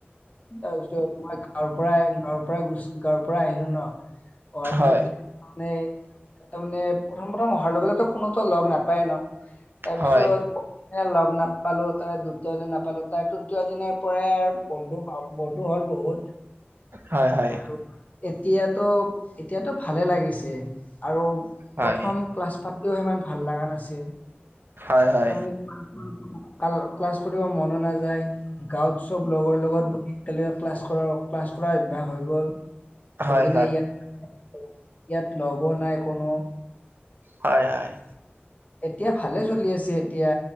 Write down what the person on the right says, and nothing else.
হয় হয়
হয়
হয়
হয়
হয় হয় হয় হয় হয়
হয়
হয় হয়